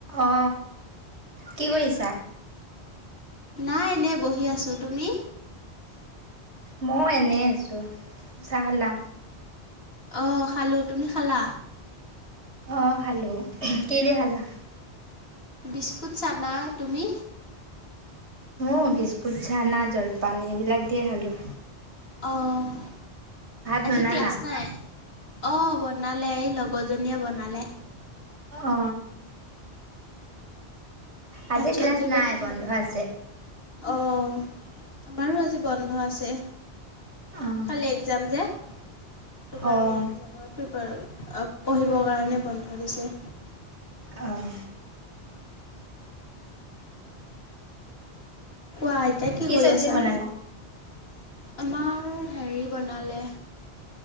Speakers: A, on the right; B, on the left.
A: অ কি কৰিছাঁ।
B: নাই এনেই বহি আছোঁ তুমি।
A: মই এনেই আছোঁ চাহ খালা।
B: অঁ খালোঁ, তুমি খালা।
A: অ খালো। কি দি খালা।
B: বিস্কুট চানা তুমি?
A: উম বিস্কুট, চানা জলপান এইবিলাক দিয়ে খালোঁ।
B: অঁ',
A: ভাত
B: আজি
A: বনালা
B: ক্লাছ নাই? অঁ', বনালে এই লগৰজনীয়ে বনালে।
A: অ।
B: ভাত
A: আজি
B: চব্জি
A: ক্লাছ নাই
B: বনাই হয়
A: বন্ধ
B: গ'ল।
A: আছে
B: অঁ আমাৰো আজি বন্ধ আছে।
A: অঁ
B: কালি একজাম যে। সেইটো কাৰণে
A: অঁ
B: এক্সামৰ প্ৰিপোৰ পঢ়িবৰ কাৰণে বন্ধ দিছে।
A: আ আ।
B: কোৱা এতিয়া কি কৰি
A: চব্জি
B: আছা।
A: বনালা
B: আমাৰ হেৰি বনালে।